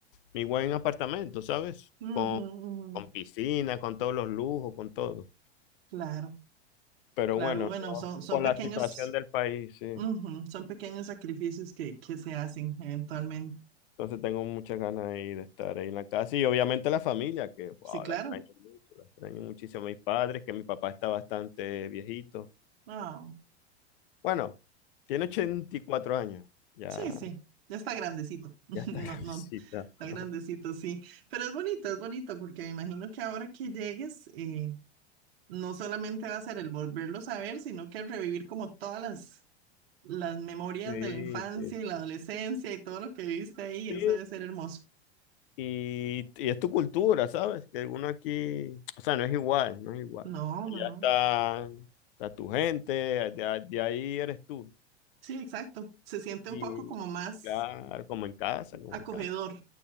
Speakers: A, on the left; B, on the right.
A: mi buen apartamento, ¿sabes?
B: Ujú,
A: Con,
B: ujú.
A: con piscina, con todos los lujos, con todo.
B: Claro,
A: Pero
B: claro.
A: bueno,
B: Bueno,
A: no,
B: son, son
A: por
B: pequeños,
A: la situación del país, sí.
B: ujú, son pequeños sacrificios que, que se hacen eventualmente.
A: Entonces tengo muchas ganas ahí de estar ahí en la casa y obviamente la familia, que wow,
B: Sí, claro.
A: la extraño mucho, la extraño muchísimo a mis padres, que mi papá está bastante viejito.
B: Ah,
A: Bueno, tiene 84 años, ya,
B: sí, sí. Ya está grandecito. <laughs>
A: ya está
B: No,
A: grandecita.
B: no, está
A: <laughs>
B: grandecito, sí. Pero es bonito, es bonito, porque me imagino que ahora que llegues, eh, no solamente va a ser el volverlos a ver, sino que revivir como todas las, las memorias
A: Sí,
B: de la infancia
A: sí,
B: y la
A: sí.
B: adolescencia y todo lo que viviste ahí.
A: Sí,
B: Eso debe ser hermoso.
A: y, y- y es tu cultura, ¿sabes? Que uno aquí, o sea, no es igual, no es igual.
B: No,
A: Allá
B: no, no.
A: está, está tu gente, de, de ahí eres tú.
B: Sí, exacto. Se siente
A: Y
B: un poco como más
A: claro, como en casa, como
B: acogedor,
A: en casa.